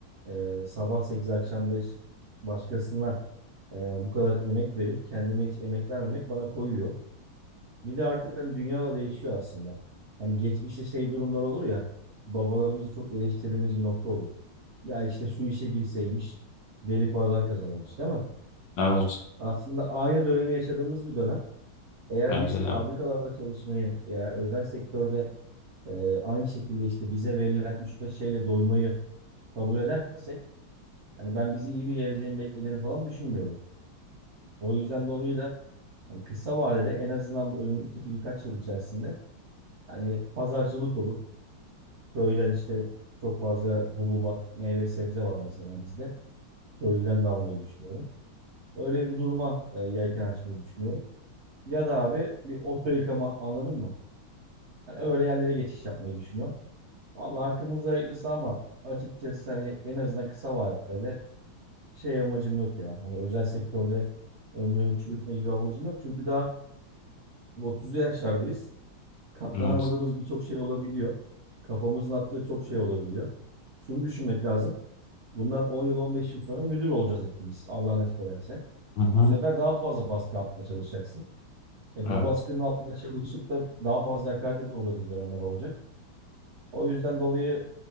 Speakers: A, on the right; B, on the left.
A: Ee, sabah 8 akşam 5 başkasına e, bu kadar emek verip kendime hiç emek vermemek bana koyuyor. Bir de artık hani dünya da değişiyor aslında. Hani geçmişte şey durumlar olur ya babalarımızı çok eleştirdiğimiz bir nokta olur. Ya işte şu işe girseymiş deli paralar kazanırmış değil mi?
B: Evet,
A: Aslında aynı dönemi yaşadığımız bir dönem. Eğer
B: bence
A: biz
B: de.
A: fabrikalarda çalışmayı ya özel sektörde e, aynı şekilde işte bize verilen üç beş şeyle doymayı kabul edersek Yani ben bizi iyi bir geleceğin beklediğini falan düşünmüyorum. O yüzden dolayı da hani kısa vadede en azından bu önümüzdeki birkaç yıl içerisinde hani pazarcılık olur. Köyden işte çok fazla hububat, meyve sebze var mesela bizde. Köylüden de almayı düşünüyorum. Öyle bir duruma e, yelken açmayı düşünüyorum. Ya da abi bir oto yıkama anladın mı? Hani öyle yerlere geçiş yapmayı düşünüyorum. Vallahi hakkımız hayırlısı ama açıkçası hani en azından kısa vadede şey amacım yok ya. Hani özel sektörde ömrümü çürütme gibi amacım yok. Çünkü daha 30'lu yaşlardayız. Katlanamadığımız
B: Evet.
A: birçok şey olabiliyor. Kafamızın attığı çok şey olabiliyor. Şunu düşünmek lazım. Bundan 10 yıl 15 yıl sonra müdür olacağız hepimiz. Allah nasip ederse.
B: Hı hı.
A: Bu sefer daha fazla baskı altında çalışacaksın. E bu
B: Evet.
A: baskının altında çalışıp da daha fazla hakarete de uğradığın dönemler olacak. O yüzden dolayı